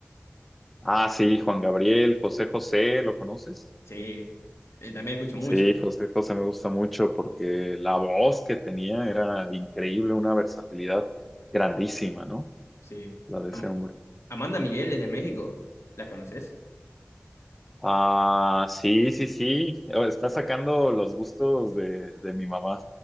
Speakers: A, in the centre; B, on the left (about 85°).
A: Ah, sí, Juan Gabriel, José José, ¿lo conoces?
B: Sí, eh, también escucho mucho.
A: Sí, José José me gusta mucho porque la voz que tenía era increíble, una versatilidad grandísima, ¿no?
B: Sí.
A: La de ese
B: Am-
A: hombre.
B: Amanda Miguel es de México. ¿La conoces?
A: Ah, sí, sí, sí, Oh, está sacando los gustos de, de mi mamá.